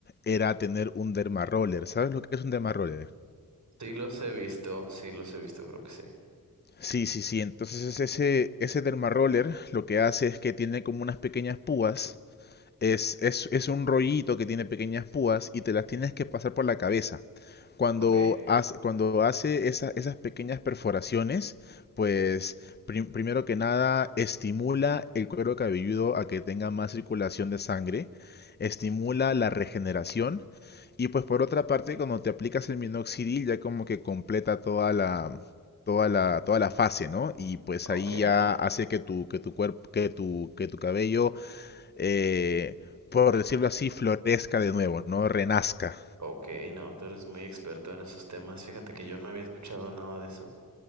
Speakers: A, on the left; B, on the right.
A: era tener un dermaroller. ¿Sabes lo que es un dermaroller?
B: Sí los he visto, sí los he visto, creo que sí.
A: Sí, sí, sí. Entonces ese, ese dermaroller lo que hace es que tiene como unas pequeñas púas Es, es, es un rollito que tiene pequeñas púas y te las tienes que pasar por la cabeza. Cuando
B: Ok,
A: hace, cuando hace esa- esas pequeñas perforaciones, pues prim- primero que nada estimula el cuero cabelludo a que tenga más circulación de sangre, estimula la regeneración y pues por otra parte cuando te aplicas el minoxidil ya como que completa toda la, toda la, toda la fase, ¿no? Y pues
B: ok,
A: ahí ya hace que tu, que tu cuerpo, que tu, que tu cabello eh, por decirlo así, florezca de nuevo, ¿no? Renazca.
B: ok, no, tú eres muy experto en esos temas. Fíjate que yo no había escuchado nada de eso.